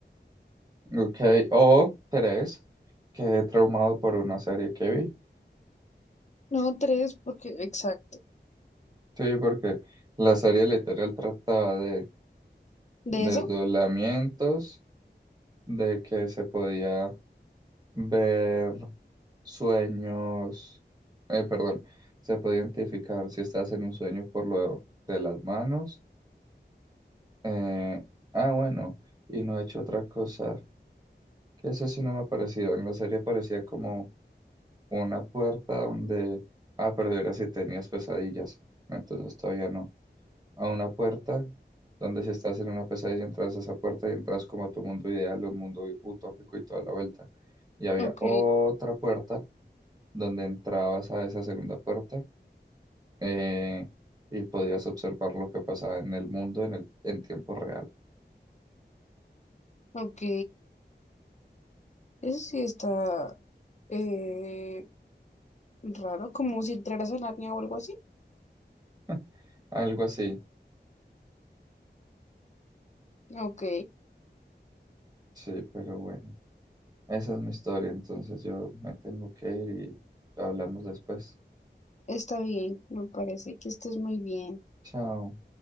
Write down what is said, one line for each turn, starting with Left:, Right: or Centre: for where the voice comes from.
Right: Ok, o tres, quedé traumado por una serie que vi.
Left: No, tres, porque, exacto.
Right: Sí, porque la serie literal trataba de
Left: ¿De
Right: desdoblamientos,
Left: eso?
Right: de que se podía ver sueños, eh, perdón, se podía identificar si estás en un sueño por lo de las manos. eh, ah, bueno, y no he hecho otra cosa, que eso sí no me ha parecido. En la serie parecía como una puerta donde, ah, pero era si tenías pesadillas, entonces todavía no. a una puerta donde si estás en una pesadilla entras a esa puerta y entras como a tu mundo ideal, un mundo utópico y toda la vuelta. Y había
Left: Ok,
Right: otra puerta donde entrabas a esa segunda puerta eh, y podías observar lo que pasaba en el mundo en el, en tiempo real.
Left: ok. Eso sí está eh, raro, como si entraras a Narnia o algo así.
Right: <laughs> Algo así.
Left: Ok,
Right: Sí, pero bueno, esa es mi historia, entonces yo me tengo que ir y hablamos después.
Left: está bien, me parece que estés muy bien.
Right: Chao.